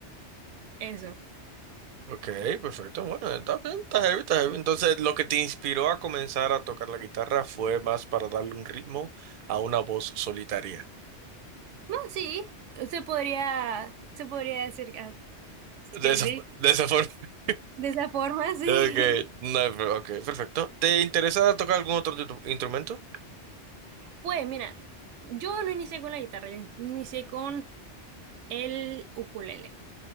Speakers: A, on the right; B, on the right.
A: eso.
B: Ok, perfecto. Bueno, está bien, está heavy, está heavy. Entonces, lo que te inspiró a comenzar a tocar la guitarra fue más para darle un ritmo a una voz solitaria.
A: Bueno, sí, se podría, se podría decir que ah,
B: De
A: que
B: esa,
A: sí,
B: de esa forma. <laughs>
A: de esa forma, <laughs> sí.
B: Ok, no, pero- ok, perfecto. ¿Te interesa tocar algún otro tu- instrumento?
A: Pues mira, yo no inicié con la guitarra, yo inicié con el ukulele.